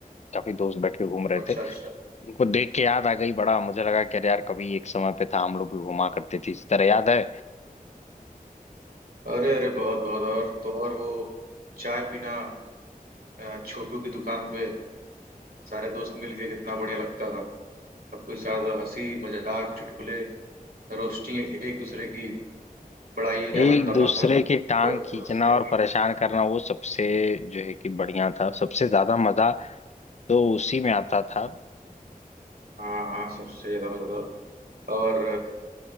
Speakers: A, on the left; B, on the right.
A: काफी दोस्त बैठ के घूम रहे
B: अच्छा
A: थे
B: अच्छा
A: उनको देख के याद आ गई बड़ा मुझे लगा कि अरे यार कभी एक समय पे था हम लोग भी घुमा करते थे इस तरह याद है
B: अरे अरे बहुत बहुत और तो और वो चाय पीना अ, छोटू की दुकान पे सारे दोस्त मिल के कितना बढ़िया लगता था सबके साथ हंसी मजाक चुटकुले रोस्टिंग एक एक दूसरे की बड़ा ही
A: एक
B: आनंद आता
A: दूसरे
B: था
A: की टांग
B: <laughs>
A: खींचना और परेशान करना वो सबसे जो है कि बढ़िया था सबसे ज्यादा मजा तो उसी में आता था
B: हाँ हाँ सबसे ज्यादा मजा और